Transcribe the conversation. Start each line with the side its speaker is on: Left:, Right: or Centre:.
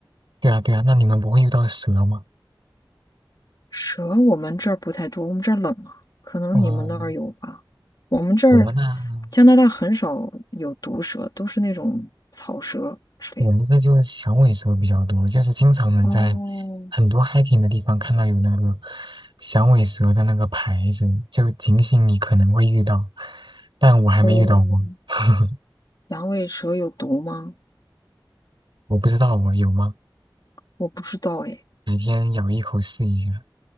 Right: 对啊，对啊，那你们不会遇到蛇吗？
Left: 蛇我们这儿不太多，我们这儿冷啊，可能你们那儿有吧。
Right: 哦，
Left: 我们这儿
Right: 我们那
Left: 加拿大很少有毒蛇，都是那种草蛇之类的。
Right: 我们这就是响尾蛇比较多，就是经常能在很多
Left: 哦
Right: hiking 的地方看到有那个响尾蛇的那个牌子，就警醒你可能会遇到，但我还没遇到过，
Left: 哦，
Right: <laughs>
Left: 阳痿蛇有毒吗？
Right: 我不知道我有吗？
Left: 我不知道哎。
Right: 改天咬一口试一下。